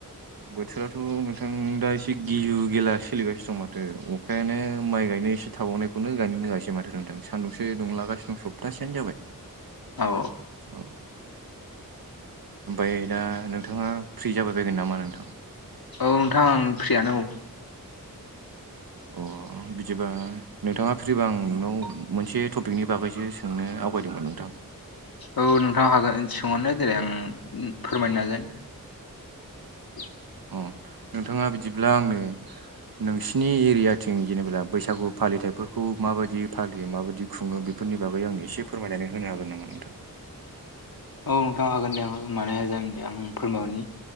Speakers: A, on the right (about 80°); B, on the left (about 80°).
A: बोथोराथ' नोंथां दा एसे गिजु गेला सोलिगासिनो दं माथो अखायानो माइ गायनो एसे थाबावनायखौनो गायनोनो होआसै माथो नोंथां सान्दुंसो दुंलागासिनो दं सप्तासेनो जाबाय।
B: औ
A: औ ओमफ्राय दा नोंथांङा फ्रि जाबाय बायगोन नामा नोंथां
B: औ नोंथां फ्रियानो औ
A: अ बिदिबा नोंथथंङा फ्रिबा आं नोंनाव मोनसे टपिकनि बागैसो सो नोंनो आवगायदोंमोन नोंथां
B: औ नोंथां हागोन सोंहरनाय देलाय आं फोरमायनो नाजायो <inaudible>
A: अ नोंथांङा बिदिब्ला आंनो नोंसिनि एरियाथिं जेनेबा बैसागु फालिथाइफोरखौ माबायदि फालियो माबायदि खुङो बेफोरनि बागै आंनो एसे फोरमायनानै होनो हागोन
B: <inaudible>
A: नामा? नोंथां?
B: औ नोंथां हागोन दे आं हा मानो हाया जागोन दे आं फोरमायहरनि